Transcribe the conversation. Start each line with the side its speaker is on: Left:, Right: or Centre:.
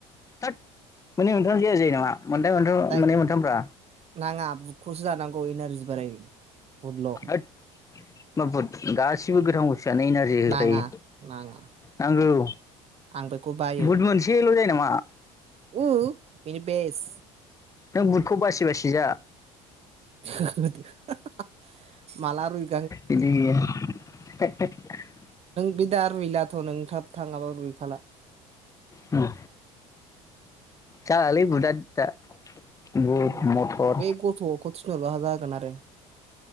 Left: थोद मोननै मोनथाम जाया जायो नामा? मोनथाय मोनद'
Right: जाय
Left: माने मोनथामब्रा।
Right: नाङा बुटखौसो जानांगौ इनारजि बारायो। बुदल'।
Left: होद मा बुट? गासिबो गोथां बुस्थ थुआनो इनारजि होखायो।
Right: नाङा नाङा
Left: नांगौ। <inaudible>
Right: आं बेखौ बायो
Left: बुद मोनसेल' जायो नामा? आ।
Right: उ। बेनो बेस।
Left: नों बुटखौ बासि बासि जा।
Right: <inaudible> हाहाहा माला फैय <inaudible>
Left: बिदि गैया <unintelligible>
Right: बिदा रूयलाथ' नों था थाङाबा रुइखाला।
Left: उम जालालै बुदा दा। <unintelligible> बुट
Right: उम
Left: मथर
Right: बेै गथ'खौ थिनहरबा हा जागोन आरो।